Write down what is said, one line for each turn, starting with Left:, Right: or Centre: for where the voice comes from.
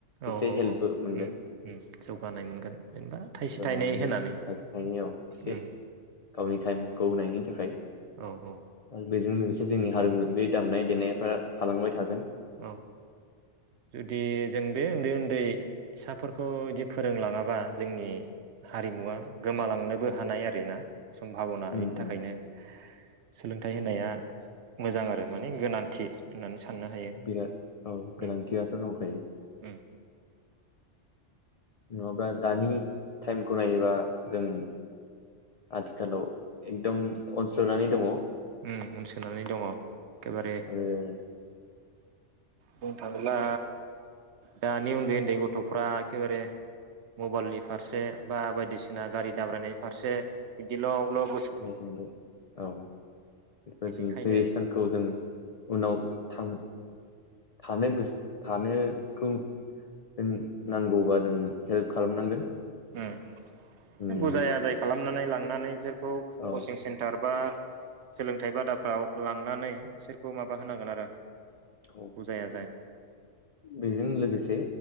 Right: औ
Left: एसे
Right: औ
Left: हेल्पबो
Right: औ
Left: मोनगोन।
Right: उम उम जौगानाय मोनगोन जेनेबा थाइसे
Left: <unintelligible>
Right: थाइनै
Left: मोनगोन
Right: होनानै
Left: थाइ थाइनैयाव एसे
Right: उम
Left: गावनि टाइमखौ होनायनि थाखाय आरो
Right: औ औ
Left: बेजों लोगोसे जोंनिया <unintelligible> बे दामनाय देनायफ्रा थालांबाय थागोन।
Right: औ जुदि जों बे उन्दै उन्दै फिसाफोरखौ बिदि फोरोंलाङाबा जोंनि हारिमुवा गोमालांनोबो हानाय आरोना। सम्भाबना
Left: उम
Right: बेनि थाखायनो
Left: उम
Right: सोलोंथाइ होनाया मोजां आरो माने गोनांथि होननानै साननो हायो।
Left: बिराद औ
Right: उम
Left: गोनांथियाथ' दंखायो।
Right: उम
Left: नङाबा दानि टाइमखौ नायोबा जों आथिखालाव एकदम <unintelligible> दङ।
Right: ओम उनसोनानै दङ एखेबारे।
Left: आरो
Right: बुंनो थाङोब्ला दानि उन्दै उन्दै गथ'फ्रा एखेबारे मबाइलनि फारसे बा बायदिसिना गारि दाब्रायनाय फारसे बिदि लब लब
Left: <unintelligible> थांबाय औ बेफोर
Right: बिनिखायनो
Left: जों ट्रेडिसनेलखौ जों उनाव थां थानो गोसो थानोखौ जों नांगौबा जों हेल्प खालामनांगोन।
Right: ओम
Left: जोंनि
Right: बुजाय
Left: बे
Right: आजाय खालामनानै ला नानै जोर खौ
Left: औ
Right: कचिं सेन्टार बा सोलोंथाइ बादाफ्राव लांनानै बिसोरखौ माबा होनांगोन आरो।
Left: औ
Right: बुजाय आजाय।
Left: बेजों लोगोसे